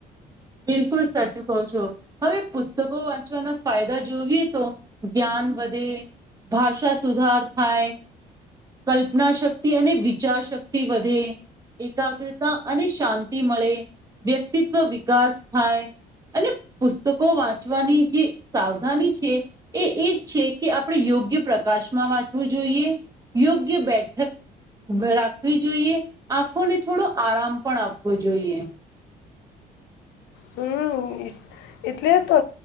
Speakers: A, on the right; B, on the left.
A: બિલકુલ સાચું કહો છો. હવે પુસ્તકો વાંચવાના ફાયદા જોઈએ તો, જ્ઞાન વધે. ભાષા સુધાર થાય. કલ્પના શક્તિ અને વિચાર શક્તિ વધે. એકાગ્રતા અને શાંતિ મળે, વ્યક્તિત્વ વિકાસ થાય. અને પુસ્તકો વાંચવાની જે સાવધાની છે. એ એ જ છે કે આપણે યોગ્ય પ્રકાશમાં વાંચવું જોઈએ. યોગ્ય બેઠક રાખવી જોઈએ, આંખોને થોડો આરામ પણ આપવો જોઈએ.
B: હ એટલે તો